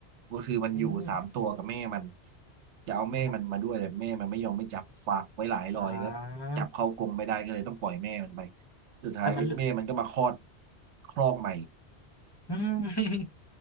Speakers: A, on the right; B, on the left.
A: ก็คือมันอยู่สามตัวกับแม่มัน
B: อืม
A: จะเอาแม่มันมาด้วยแต่แม่มันไม่ยอมไม่จับฝากไว้หลายรอยก็จับเข้ากรงไม่ได้ก็เลยต้องปล่อยแม่มันไป
B: อมอ่า
A: สุดท้ายแม่มันก็มาคลอด
B: แต่มันเหลือ
A: คลอกใหม่
B: อืม